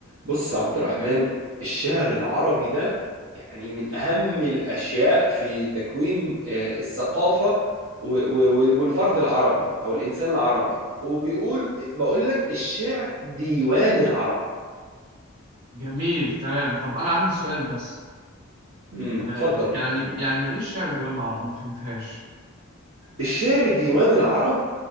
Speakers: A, on the right (about 70°); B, on the right (about 85°).
A: بص يا عبد الرحمن الشعر العربي ده يعني من أهم الأشياء في تكوين آه، الثقافة و- و- وال- والفرد العربي أو الإنسان العربي وبيقول بقول لك الشعر ديوان العرب
B: جميل تمام طب أنا عندي سؤال بس
A: امم
B: آه
A: اتفضل
B: يعني يعني إيه الشعر ديوان العرب ما فهمتهاش
A: الشعر ديوان العرب